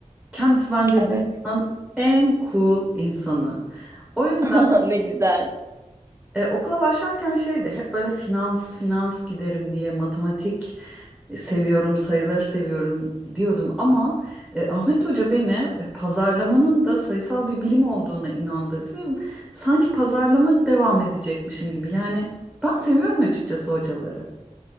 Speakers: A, in the centre; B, on the right (about 20°).
A: Kendisi bence
B: Evet.
A: dünyanın en cool insanı. O yüzden
B: <laughs> Ne güzel.
A: e, okula başlarken şeydi hep böyle finans finans giderim diye matematik seviyorum sayıları seviyorum diyordum ama e, Ahmet Hoca beni e, pazarlamanın da sayısal bir bilim olduğuna inandırdı ve sanki pazarlama devam edecekmişim gibi yani ben seviyorum açıkçası hocaları.